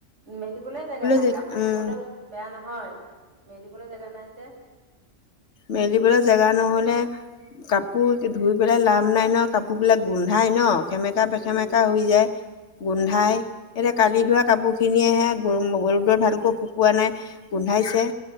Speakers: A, on the right; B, on the left.
A: মেলিবলৈ জেগা নাই
B: জে
A: কাপোৰ
B: উম
A: ধুবলৈ বেয়া নহয় মেলিবলৈ জোগা নাই বাই যে
B: মেলিবলৈ জেগা নহ'লে কাপোৰ ধুই পেলাই লাম লাইনত কাপোৰবিলাক
A: সেইটোৱে
B: গোন্ধাই ন খেমেকা বেখেমেকা
A: উম,
B: হৈ যায় গোন্ধাই
A: উম,
B: এতিয়া কালি ধোৱা কাপোৰ খিনিয়েহে ৰদৰ ভালকৈ শুকোৱা নাই গোন্ধাইছে